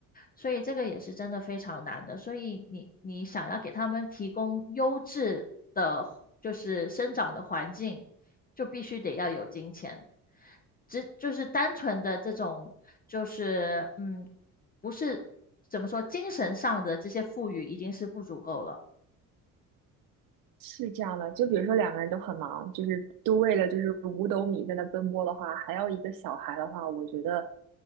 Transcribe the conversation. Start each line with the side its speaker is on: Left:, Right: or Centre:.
Left: 所以这个也是真的非常难的。所以你你想要给他们提供优质的，就是生长的环境，就必须得要有金钱。只就是单纯的这种，就是嗯，不是怎么说，精神上的这些富裕已经是不足够了。
Right: 是这样的。就比如说两个人都很忙，就是都为了就是五斗米在那奔波的话，还要一个小孩的话，我觉得